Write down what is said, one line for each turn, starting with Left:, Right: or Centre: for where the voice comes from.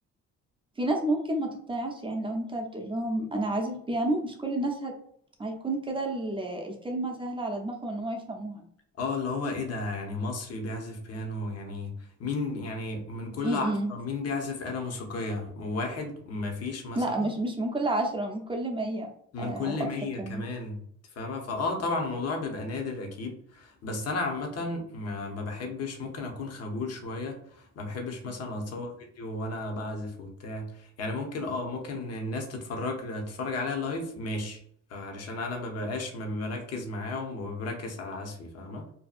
Right: في ناس ممكن ما تقتنعش يعني لو انت بتقول لهم انا عازف بيانو مش كل الناس هت... هيكون كده ال... الكلمة سهلة على دماغهم ان هم يفهموها
Left: اه اللي هو ايه ده يعني مصري بيعزف بيانو يعني مين يعني من كل
Right: امم
Left: عشرة مين بيعزف آلة موسيقية واحد مفيش مثلا
Right: لا مش مش من كل عشرة من كل مية
Left: من
Right: آه،
Left: كل
Right: او اكتر
Left: مية
Right: كمان
Left: كمان انت فاهمة فاه طبعا الموضوع بيبقى نادر اكيد بس انا عامة ما ما بحبش ممكن اكون خجول شوية ما بحبش مثلا اتصور فيديو وانا بعزف وبتاع يعني ممكن اه ممكن الناس تتفرج تتفرج عليها لايف ماشي علشان انا ما ببقاش ما بركز معاهم وبركز على عزفي فاهمة